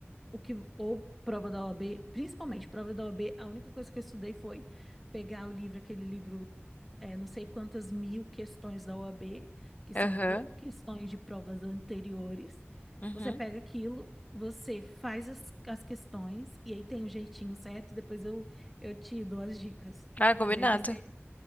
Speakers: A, in the centre; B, on the left.
A: o que ou prova da OAB, principalmente prova da OAB, a B, a única coisa que eu estudei foi pegar o livro, aquele livro, é, não sei quantas mil questões da OAB, que
B: Aham,
A: são pro- questões de provas anteriores.
B: uhum.
A: Você pega aquilo, você faz as, as questões, e aí tem o jeitinho certo, depois eu, eu te dou as dicas.
B: Ah, combinado.
A: Mas aí você,